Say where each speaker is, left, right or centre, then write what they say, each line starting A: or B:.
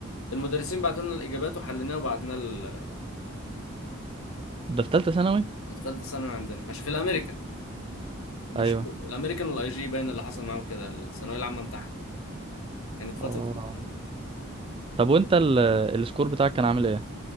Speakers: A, on the left (about 80°); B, on the right (about 25°).
A: المدرسين بعتوا لنا الاجابات وحليناها وبعتنا ال-
B: ده في ثالثة ثانوي
A: في ثالثه ثانوي عندنا عشان في الامريكان مش
B: ايوه
A: الامريكان والاي جي باين اللي حصل معاهم كده الثانويه العامه بتاعها كانت فتره
B: اه
A: امتحان.
B: طب وانت ال... السكور بتاعك كان عامل ايه